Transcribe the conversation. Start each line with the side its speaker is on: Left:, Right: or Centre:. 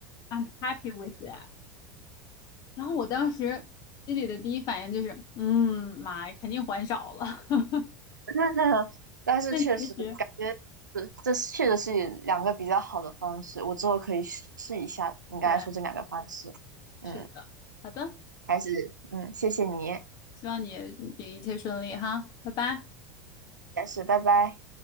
Left: ：“I'm happy with that。”然后我当时心里的第一反应就是，嗯，妈呀，肯定还少了。<laughs>
Right: <laughs> 但是确实感觉是这是确实是两个比较好的方式，
Left: 但其实，
Right: 我之后可以试试一下你刚才说这两个方式。
Left: 对，
Right: 嗯。
Left: 是的，好的，
Right: 还是嗯，谢谢你，
Left: 希望你你一切顺利哈，拜拜。
Right: 但是拜拜。